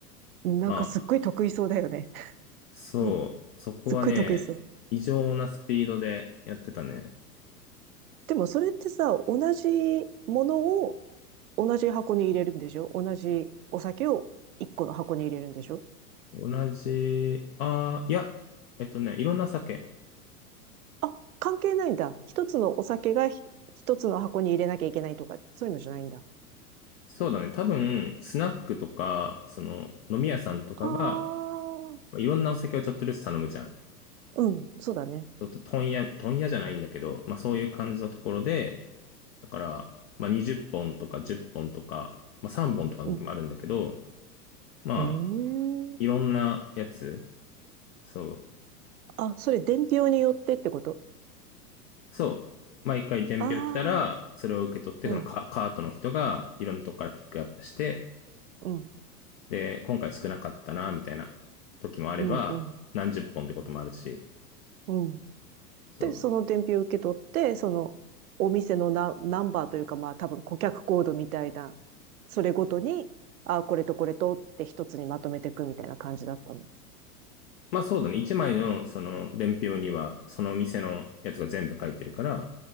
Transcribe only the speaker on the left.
まあ、そう、
そこはね、
異常なスピードでやってたね。
同じ、ああ、いや、えっとね、いろんな酒。
そうだね、多分、スナックとか、その、飲み屋さんとかが、
まあいろんなお酒をちょっとずつ頼むじゃん。
ちょっと問屋、問屋じゃないんだけど、まあそういう感じのところで、だから、まあ20本とか10本とか、まあ3本とかの時もあるんだけど、
まあ、
いろんなやつ、そう、
そう。毎回伝票来たら、
それを受け取って、
そのカ、
カートの人がいろんなとこからピックアップして、
で、今回少なかったな、みたいな時もあれば、
何十本ってこともあるし、
そう。
まあそうだね。一枚のその伝票には、その店のやつが全部書いてるから、